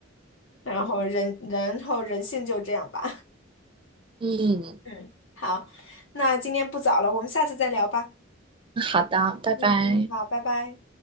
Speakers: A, on the left; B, on the right.
A: 然后人，然后人性就这样吧，
B: 嗯，
A: <laughs> 嗯，好，那今天不早了，我们下次再聊吧，
B: 好的，拜拜。
A: 嗯嗯，好，拜拜。